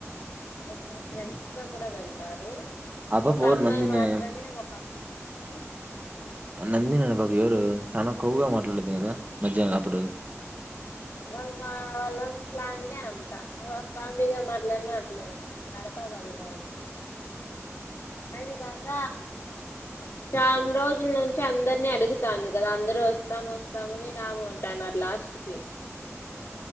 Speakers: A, on the left (about 60°); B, on the right (about 30°).
A: ఓహో ఫ్రెండ్స్ తో కూడా వెళ్తారు
B: ఆ పాప
A: ఒక
B: ఎవరు
A: అమ్మాయి
B: నందిని
A: మాత్రమే ఒక ఉ
B: నంది నన్న బాబ ఎవరు చూన కొవ్వుగా మాట్లాడది కదా మధ్య అప్పుడు
A: వాళ్ళు వాళ్ళ స్లాంగే అంత కామెడీగా మాట్లాడిన అట్లే ఉంటది కడప వాళ్ళు వాళ్ళది అది కాక చాలా రోజుల నుంచి అందరినీ అడుగుతాంది కదా అందరు వస్తాం వస్తామని రాము అంటున్నారు లాస్ట్ కి